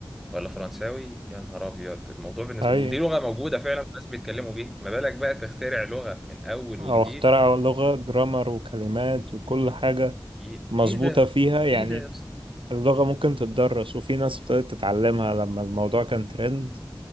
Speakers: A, in the centre; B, on the right (about 80°).
A: ولا فرنساوي يا نهار ابيض الموضوع بالنسبه
B: اي
A: ودي لغه موجوده فعلا الناس بيتكلموا بيها ما بالك بقى تخترع لغه من اول
B: او
A: وجديد
B: اخترع لغه جرامر وكلمات وكل حاجه
A: ي...
B: مظبوطه
A: ايه ده
B: فيها يعني
A: ايه ده يا اسطى
B: اللغة ممكن تتدرس وفي ناس ابتدت تتعلمها لما الموضوع كان ترند